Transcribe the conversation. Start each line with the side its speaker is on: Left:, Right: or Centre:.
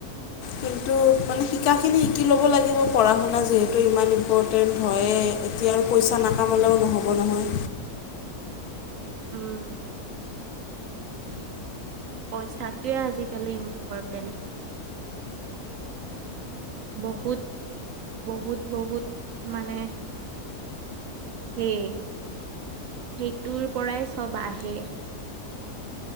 Left: কিন্তু মানে শিকাখিনি শিকি ল'ব লাগিব পঢ়া শুনা যিহেতু ইমান ইম্পৰ্টেণ্ট হয়ে এতিয়া আৰু পইচা নাকামলেও নহ'ব নহয়
Right: উম পইচাটোৱে আজিকালি ইম্পৰ্টেণ্ট বহুত বহুত বহুত মানে সেই সেইটোৰ পৰাই চব আহে